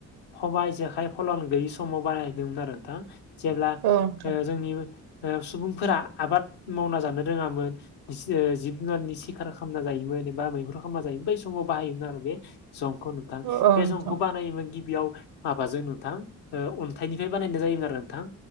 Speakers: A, on the left; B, on the right.
A: ठबाइ जेखाइ फलान गैयि समाव बाहायदोंमोन आरो नोंथां जेब्ला
B: औ नोंथां
A: ओ जोंनि ओ सुबुंफोरा आबाद मावना जानो रोङामोन जिब जुनारनि सिखार खालामना जायोमोन एबा मै खालामा जायोमोन बै समाव बाहायोमोन आरो बे जंखौ नोंथां
B: औ
A: बे
B: नोंथां
A: जंखौ बानायोमोन गिबियाव माबाजों नोंथां अन्थाइनिफ्राय बानायनाय जायोमोन आरो नोंथां